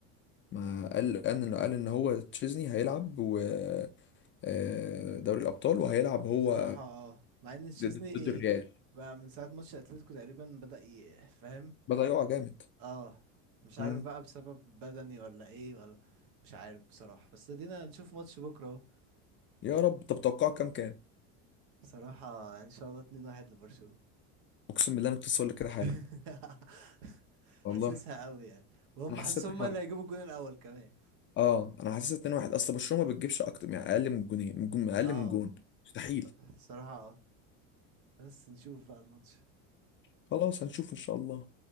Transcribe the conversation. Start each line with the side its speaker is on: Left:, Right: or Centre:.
Left: ما قال قال انه قال ان هو تشيزني هيلعب و آه، دوري الابطال وهيلعب هو
Right: صراحة اه مع ان تشيزني
Left: ضد ضد الريال
Right: بقى من ساعة ماتش اتلتيكو تقريبا بدأ يفهم
Left: بضيعه جامد
Right: اه مش
Left: مم.
Right: عارف بقى بسبب بدني ولا ايه ولا مش عارف بصراحة بس ادينا نشوف ماتش بكرة اهو
Left: يا رب طب توقعه كام كام
Right: بصراحة يعني ان شاء الله 2-1 لبرشلونة
Left: اقسم بالله انا كنت لسه هقول لك كده حالا
Right: <laughs>
Left: والله
Right: حاسسها قوي يعني وهم
Left: انا حسيت
Right: حاسسهم
Left: 2-1
Right: هم اللي هيجيبوا الجون الاول كمان
Left: اه انا حسيت 2-1 اصل برشلونه ما بتجيبش اكتر يعني اقل من جونين من جون اقل
Right: اه
Left: من جون مستحيل
Right: بصراحة اه بس نشوف بقى الماتش
Left: خلاص هنشوف ان شاء الله